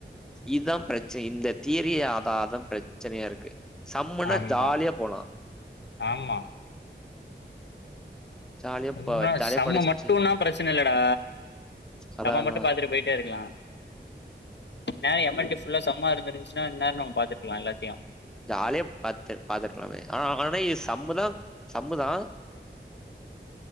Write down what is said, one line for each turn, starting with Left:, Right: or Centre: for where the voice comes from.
Centre: இதா பிரச்சனை இந்த தீரியாதாதா பிரச்ச சரியா இருக்கு சம்முனா
Left: ஆமா
Centre: ஜாலியா போலா
Left: ஆமா
Centre: ஜாலியா
Left: ம்
Centre: ப ஜாலியா
Left: செம்ம
Centre: படிச்சுட்டு
Left: மட்டும்னா பிரச்சனை இல்லடா
Centre: அதா
Left: செம்ம
Centre: அதா
Left: மட்டு பாத்துட்டு போயிட்டேருக்கலா இன்நேர ஏம்மன்ட்டி ஃபுல்லா செம்மா இருந்துருந்துச்சுன்னா இன்நேர நம்ம பாத்துக்கலா எல்லாத்தையு
Centre: ஜாலியா பத்து பாத்துகருக்கலாமே ஆனா இது சம்முதா சம்முதா